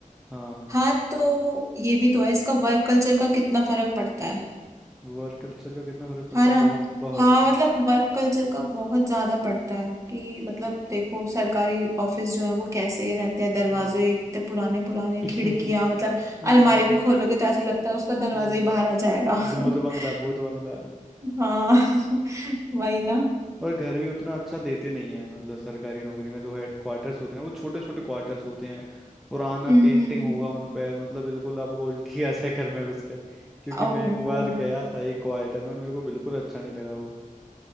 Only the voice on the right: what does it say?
हाँ तो ये भी तो है इसका वर्क कल्चर का कितना फर्क पड़ता है
है ना
हाँ मतलब वर्क कल्चर का बहुत ज्यादा पड़ता है कि मतलब देखो सरकारी ऑफिस जो है वो कैसे रहते हैं दरवाजे
इतने पुराने पुराने
खिड़कियां मतलब
अलमारी भी खोलोगे तो ऐसा लगता है उसका दरवाजा
ही बाहर आ जाएगा
<laughs>
हाँ <laughs> वही ना
हम्म
ओह